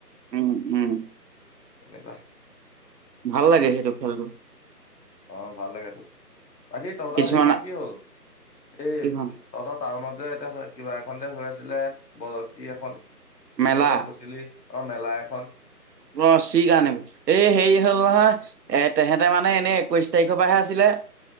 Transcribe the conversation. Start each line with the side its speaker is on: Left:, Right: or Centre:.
Right: উম উম।
Left: তেনেকোৱা
Right: ভাল লাগে সেইটো খেলটো।
Left: অ ভাল লাগে তো বাকী তহঁতৰ
Right: কিছুমান
Left: হেৰিখন কি হ'ল, এই
Right: কিখন
Left: তহত টাউনত যে এতিয়া কিবা এখন যে হৈ আছিলে ব কি এখন
Right: মেলা
Left: মই যে কৈছিলি অ মেলা এখন
Right: অ চি কাৰণে বোল এই হেৰি হ'ল নহয় এ তেহেতে মানে এনেই একৈশ তাৰিখৰ পৰাহে আছিলে এ এ